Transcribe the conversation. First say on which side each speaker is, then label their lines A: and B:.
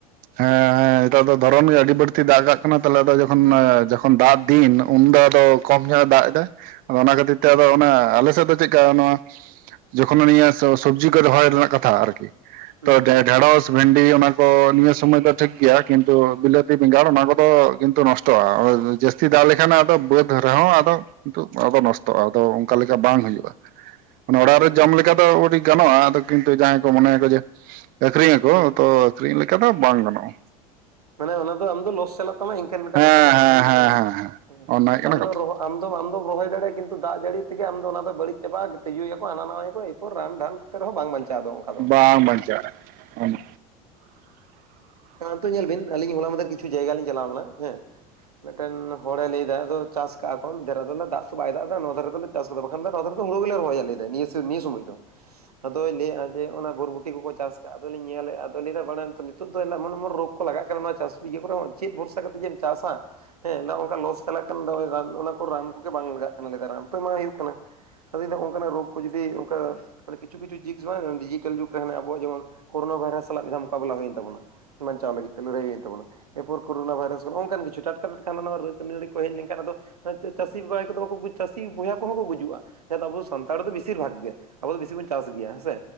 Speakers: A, on the right (about 50°); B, on the right (about 80°).
A: ᱦᱮᱸ ᱦᱮᱸ ᱱᱮᱛᱟᱨ ᱫᱚ
B: ᱦᱩᱸ
A: ᱫᱷᱚᱨᱚᱱ ᱜᱮ ᱟᱹᱰᱤ ᱵᱟᱹᱲᱛᱤ ᱫᱟᱜ ᱠᱟᱜ ᱠᱱᱟᱟ ᱠᱟᱱᱟ ᱛᱟᱦᱞᱮ ᱟᱫᱚ ᱡᱚᱠᱷᱚᱱ ᱡᱚᱠᱷᱚᱱ ᱫᱟᱜ ᱫᱤᱱ ᱩᱱᱫᱚ ᱟᱫᱚ ᱠᱚᱢ ᱧᱚᱜᱼᱮ ᱫᱟᱜ ᱛᱮ ᱟᱫᱚ ᱚᱱᱟ ᱠᱷᱟᱹᱛᱤᱨ ᱛᱮ ᱟᱫᱚ ᱚᱱᱟ ᱟᱞᱮ ᱥᱮᱫ ᱫᱚ ᱪᱮᱫᱠᱟ ᱱᱚᱣᱟ ᱡᱚᱠᱷᱚᱱ ᱩᱱᱤᱭᱟᱜ ᱥᱚ ᱥᱚᱵᱡᱤ ᱠᱚ ᱨᱚᱦᱚᱭ ᱨᱮᱱᱟᱜ ᱠᱟᱛᱷᱟ ᱟᱨᱠᱤ
B: ᱦᱩᱸ
A: ᱛᱚ ᱰᱷᱮ ᱰᱷᱮᱬᱚᱥ ᱵᱷᱮᱱᱰᱤ ᱚᱱᱟ ᱠᱚ ᱱᱤᱭᱟᱹ ᱥᱩᱚᱢᱚᱭ ᱫᱚ ᱴᱷᱤᱠ ᱜᱮᱭᱟ ᱠᱤᱱᱛᱩ ᱵᱤᱞᱟᱹᱛᱤ ᱵᱮᱸᱜᱟᱲ
B: ᱦᱩᱸ ᱦᱩᱸ
A: ᱚᱱᱟ ᱠᱚᱫᱚ ᱠᱤᱱᱛᱩ ᱱᱚᱥᱴ ᱴᱚᱜᱼᱟ ᱡᱟᱹᱥᱛᱤ ᱫᱟᱜ ᱞᱮᱠᱷᱟᱱ ᱟᱫᱚ ᱵᱟᱹᱫ ᱨᱮᱦᱚᱸ ᱟᱫᱚ ᱠᱤᱱᱛᱩ ᱱᱚᱣᱟ ᱫᱚ ᱱᱚᱥᱴᱚᱜᱼᱟ ᱟᱫᱚ ᱚᱝᱠᱟ ᱞᱮᱠᱟ ᱵᱟᱝ ᱦᱩᱭᱩᱜᱼᱟ ᱢᱟᱱᱮ ᱚᱲᱟᱜ
B: ᱦᱳᱭ
A: ᱨᱮ ᱡᱚᱢ ᱞᱮᱠᱟ ᱫᱚ ᱟᱹᱰᱤ ᱜᱟᱱᱚᱜᱼᱟ ᱟᱫᱚ ᱠᱤᱱᱛᱩ ᱡᱟᱦᱟᱸᱭ ᱠᱚ ᱢᱚᱱᱮᱭᱟ ᱠᱚ ᱡᱮ ᱟᱹᱠᱷᱨᱤᱧᱟᱠᱚ
B: ᱦᱩᱸ
A: ᱛᱚ ᱟᱹᱠᱷᱨᱤᱧ ᱞᱮᱠᱟ ᱫᱚ ᱵᱟᱝ ᱜᱟᱱᱚᱜᱼᱟ
B: ᱢᱟᱱᱮ ᱚᱱᱟ ᱫᱚ ᱟᱢ ᱫᱚ ᱞᱚᱥ ᱪᱟᱞᱟᱜ ᱛᱟᱢᱟ ᱤᱝᱠᱟᱹᱱ ᱢᱤᱫᱴᱟᱝ
A: ᱦᱮᱸ
B: ᱠᱟᱛᱷᱟ ᱵᱟᱝ
A: ᱦᱮᱸ ᱦᱮᱸ ᱦᱮᱸ ᱦᱮᱸ
B: <unintelligible>
A: ᱚᱱᱟ ᱦᱩᱭᱩᱜ
B: ᱟᱢ
A: ᱠᱟᱱᱟ
B: ᱫᱚ
A: ᱠᱟᱛᱷᱟ
B: ᱨᱚᱦᱚ ᱟᱢ ᱫᱚ ᱟᱢ ᱫᱚᱢ ᱨᱚᱦᱚᱭ ᱫᱟᱲᱮᱭᱟᱜᱼᱟ ᱠᱤᱱᱛᱩ ᱫᱟᱜ ᱡᱟᱹᱲᱤ ᱛᱮᱜᱮ ᱟᱢ ᱫᱚ ᱚᱱᱟ ᱫᱚ ᱵᱟᱹᱲᱤᱡ ᱪᱟᱵᱟᱜᱼᱟ ᱛᱤᱡᱩ ᱭᱟᱠᱚ ᱦᱟᱱᱟ ᱱᱟᱣᱟ ᱭᱟᱠᱚ ᱨᱟᱱ ᱫᱷᱟᱱ ᱠᱚᱛᱮ ᱨᱮᱦᱚᱸ ᱵᱟᱝ ᱵᱟᱧᱪᱟᱣ ᱫᱚ ᱱᱚᱝᱠᱟ
A: ᱵᱟᱝ ᱵᱟᱧᱪᱟᱜ-ᱟ, ᱚᱱ
B: ᱦᱮᱸ ᱚᱱᱛᱮ ᱧᱮᱞ ᱵᱤᱱ ᱟᱧ ᱦᱚᱞᱟ ᱢᱟᱫᱷᱮᱨ ᱠᱤᱪᱷᱩ ᱡᱟᱭᱜᱟ ᱞᱤᱧ ᱪᱞᱟᱣ ᱞᱮᱱᱟ ᱦᱮᱸ ᱢᱤᱫᱴᱮᱱ ᱦᱚᱲᱮ ᱞᱟᱹᱭ ᱮᱫᱟ ᱟᱫᱚ ᱪᱟᱥ ᱠᱟᱜᱼᱟ ᱠᱚ ᱢᱤᱫ ᱫᱷᱟᱨᱮ ᱫᱚᱮ ᱫᱟᱜ ᱫᱚ ᱵᱟᱭ ᱫᱟᱜ ᱮᱫᱟ ᱱᱚᱣᱟ ᱫᱷᱟᱨᱮ ᱫᱚ ᱞᱮ ᱪᱟᱥ ᱠᱟᱫᱟ ᱵᱟᱠᱷᱟᱱ ᱦᱩᱲᱩ ᱜᱮᱞᱮ ᱨᱚᱦᱚᱭ-ᱟ ᱱᱤᱭᱟᱹ‌ᱥᱤ ᱱᱤᱭᱟᱹ ᱥᱚᱢᱚᱭ ᱫᱚ ᱟᱫᱚᱭ ᱞᱟᱹᱭᱮᱜᱼᱟ ᱡᱮ ᱚᱱᱟ ᱵᱚᱨᱵᱩᱴᱤ ᱠᱚᱠᱚ ᱪᱟᱥ ᱠᱫᱼᱟ ᱟᱫᱚ ᱞᱤᱧ ᱧᱮᱞᱮᱫᱼᱟ ᱟᱫᱚᱭ ᱞᱟᱹᱭ ᱮᱫᱟ ᱵᱟᱲᱟᱭ ᱟᱢ ᱛᱚ ᱱᱤᱛᱚᱜ ᱫᱚ ᱟᱫᱚ ᱮᱢᱚᱱ ᱮᱢᱚᱱ ᱨᱳᱜᱽ ᱠᱚ ᱞᱟᱜ ᱠᱟᱱᱟ ᱱᱚᱣᱟ ᱪᱟᱥ ᱤᱭᱟᱹ ᱠᱚᱨᱮ ᱦᱚᱸ ᱪᱮᱫ ᱵᱷᱚᱨᱥᱟ ᱠᱟᱛᱮᱫ ᱡᱮᱢ ᱪᱟᱥᱟ ᱦᱮᱸ ᱱᱚᱣᱟ ᱚᱱᱠᱟ ᱞᱚᱥ ᱪᱟᱞᱟᱜ ᱠᱟᱱᱟ ᱚᱱᱟ ᱠᱚ ᱨᱟᱱ ᱠᱚᱜᱮ ᱵᱟᱝ ᱞᱟᱜᱟᱜ ᱠᱟᱱᱟ ᱞᱮᱫᱟᱭ ᱨᱟᱱ ᱛᱚ ᱮᱢ ᱦᱩᱭᱩᱜ ᱠᱟᱱᱟ ᱟᱵᱤᱱ ᱫᱚ ᱚᱱᱠᱟᱱᱟ ᱨᱩᱯ ᱠᱚ ᱡᱩᱫᱤ ᱚᱱᱠᱟ ᱢᱟᱱᱮ ᱠᱤᱪᱷᱩ ᱠᱤᱪᱷᱩ ᱡᱤᱣ ᱰᱤᱡᱤᱴᱮᱞ ᱡᱩᱜ ᱨᱮ ᱦᱟᱱᱮ ᱟᱵᱚ ᱡᱮᱢᱚᱱ ᱠᱳᱨᱳᱱᱟ ᱵᱷᱟᱭᱨᱥ ᱥᱟᱞᱟᱜ ᱢᱤᱫ ᱫᱷᱣ ᱢᱚᱠᱟᱵᱞᱟ ᱦᱩᱭᱮᱱ ᱛᱟᱵᱚᱱᱟ ᱾ ᱵᱟᱧᱪᱟᱣ ᱞᱟᱹᱜᱤᱫ ᱛᱮ ᱞᱟᱹᱨᱦᱟᱹᱭ ᱦᱩᱭᱮᱱ ᱛᱟᱵᱚᱱᱟ ᱮᱨ ᱯᱚᱨ ᱠᱚᱨᱳᱱᱟ ᱵᱷᱟᱭᱨᱟᱥ ᱱᱚᱝᱠᱟᱱ ᱠᱤᱪᱩ ᱴᱟᱴᱠᱟ ᱴᱟᱴᱠᱟ ᱦᱟᱱᱟ ᱱᱚᱣᱟ ᱨᱳᱜᱽ ᱟᱹᱱᱟᱹᱲᱤ ᱠᱚ ᱦᱮᱡ ᱞᱮᱠᱷᱟᱱ ᱟᱫᱚ ᱪᱟᱹᱥᱤ ᱵᱷᱟᱭ ᱠᱚ ᱫᱚ ᱵᱟᱠᱚ ᱪᱟᱹᱥᱤ ᱵᱚᱭᱦᱟ ᱠᱚᱦᱚᱸ ᱠᱚ ᱜᱩᱡᱩᱜᱼᱟ ᱾ ᱦᱮ ᱟᱵᱚ ᱥᱟᱱᱛᱟᱲ ᱫᱚ ᱵᱮᱥᱤᱨ ᱵᱷᱟᱜᱽ ᱜᱮ ᱟᱵᱚ ᱫᱚ ᱵᱮᱥᱤ ᱵᱚᱱ ᱪᱟᱥ ᱜᱮᱭᱟ ᱦᱮᱸ ᱥᱮ